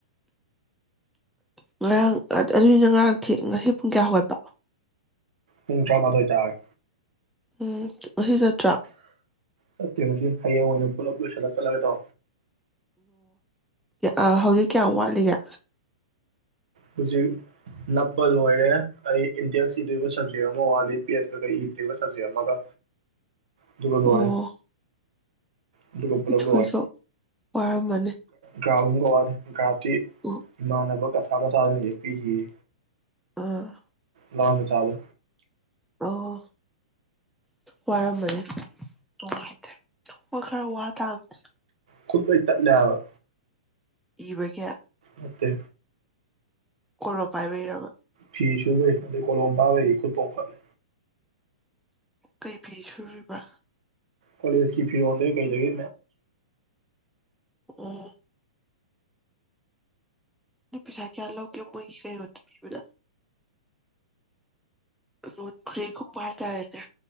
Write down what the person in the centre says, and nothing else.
ꯉꯔꯥꯡ ꯑꯗꯨꯒꯤꯅ ꯉꯔꯥꯡ ꯉꯁꯤ ꯄꯨꯡ ꯀꯌꯥ ꯍꯧꯒꯠꯄ
ꯎꯝ ꯑꯁꯤ ꯆꯠꯇ꯭ꯔꯥ
ꯑꯣ ꯍꯧꯖꯤꯛ ꯀꯌꯥꯝ ꯋꯥꯠꯂꯤꯒꯦ
ꯑꯣ
ꯅꯤꯊꯣꯏꯁꯨ
ꯋꯥꯔꯝꯃꯅꯤ
ꯑꯣ
ꯑꯥ
ꯑꯣ ꯋꯥꯔꯝꯃꯅꯤ ꯅꯨꯡꯉꯥꯏꯇ꯭ꯔꯦ ꯊ ꯈꯔ ꯋꯥ ꯇꯥꯡꯕꯅꯦ
ꯏꯕꯒ
ꯀꯂ ꯄꯥꯏꯕꯔꯕꯔꯕ
ꯀꯩ ꯐꯤ ꯁꯨꯕꯤꯔꯤꯕ
ꯑꯣ ꯄꯁ ꯀꯌꯥ ꯂꯣ ꯀ ꯃꯣꯏ ꯀꯩꯗꯥ ꯔꯣꯣꯟ ꯈꯔꯤ ꯈꯨꯝꯄ ꯍꯥꯏ ꯇꯔꯦꯅꯦ